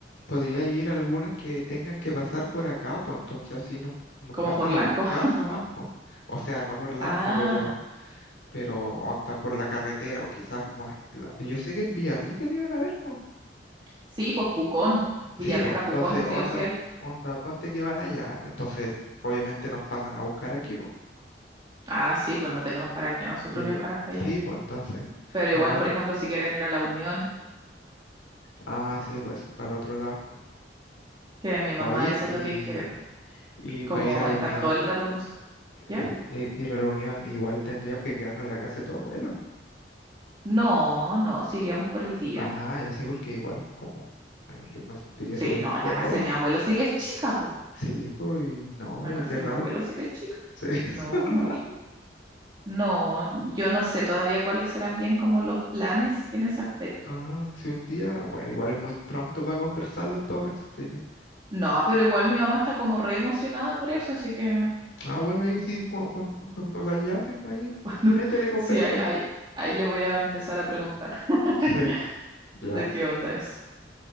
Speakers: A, on the left (about 85°); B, on the right (about 25°).
A: Podría ir algunas que tengan que pasar por acá, pues entonces así nos, nos
B: Como
A: pasan
B: por Lanco.
A: a buscar
B: <laughs>
A: nomás, pues. O sea, no por Lanco,
B: Ah,
A: pero, pero onda por la carretera, o quizás como unas... la- Yo sé que en Villarrica deben haber, pues.
B: sí, pues Pucón, Villarrica
A: Sí, pues entonces
B: Pucón, sí
A: onda,
B: o sí hay.
A: onda, ponte que van allá, entonces obviamente nos pasan a buscar aquí, pues.
B: Ah, sí, pues no tenemos para qué nosotros
A: Y
B: viajar
A: de-
B: hasta allá.
A: Sí, pues entonces,
B: Pero
A: lo
B: igual,
A: malo
B: por
A: es
B: ejemplo,
A: que...
B: si quieren ir a la Unión,
A: Ah, sí, pues eso es para el otro lado.
B: que mi mamá
A: Oye,
B: eso
A: y...
B: es lo que quiere, pues,
A: Y
B: como
A: para ir a la
B: estar
A: unión,
B: todo el rato con nosotros. ¿Ya?
A: el- i- ir a la unión, igual tendríamos que quedarnos en la casa de tu abuelo.
B: No, no, si iríamos por el día.
A: Ah, y así porque igual, como ay, yo me sentiría
B: Sí,
A: súper
B: no,
A: incómodo.
B: la casa de
A: <laughs>
B: mi abuelo sí que es chica, pues.
A: Sí, pues, y no,
B: La casa
A: y qué raro.
B: de mi abuelo sí que es chica.
A: Sería
B: No,
A: <laughs> súper raro.
B: no, no, yo no sé todavía cuáles serán bien como los planes en ese aspecto.
A: Ah, si un día, bueno, igual es muy pronto para conversarlo en todo caso, así que.
B: No, pero igual mi mamá está como re emocionada por eso, así que <laughs>
A: Ah, bueno, ahí sí, cu- cuan- cuando, las llames, ahí,
B: cuando
A: métele conversa.
B: sí, ahí,
A: po.
B: ahí, ahí le voy a empezar a preguntar. <laughs>
A: Sí, ya,
B: de qué onda eso.